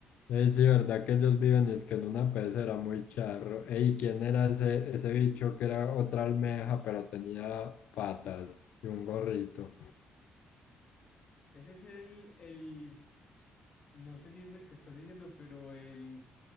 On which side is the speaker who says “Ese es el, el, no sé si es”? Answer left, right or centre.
Left